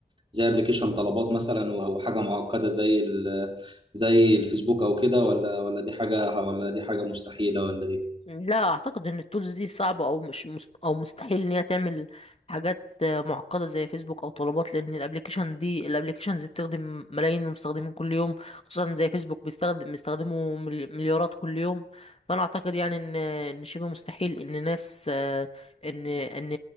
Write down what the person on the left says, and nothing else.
لا اعتقد ان التولز دي صعبه او مش مست... او مستحيل ان هي تعمل حاجات آه، معقده زي فيسبوك او طلبات لان الابلكيشن دي الابلكيشنز بتخدم ملايين من المستخدمين كل يوم خصوصا زي فيسبوك بيستخدم بيستخدموا ملي- مليارات كل يوم فانا اعتقد يعني ان ان شبه مستحيل ان ناس آه، ان ان